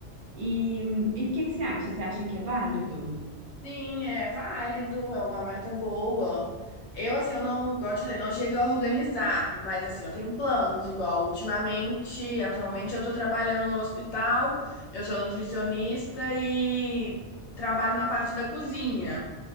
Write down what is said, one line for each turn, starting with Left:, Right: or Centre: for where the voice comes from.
Right: E
Left: Uhum.
Right: e o que que você acha? Você acha que é válido?
Left: Sim, é válido, é uma meta boa. Eu, assim, eu não, igual eu te falei, não chego a organizar, mas, assim, eu tenho planos, igual ultimamente, atualmente eu tô trabalhando no hospital, eu sou nutricionista e trabalho na parte da cozinha.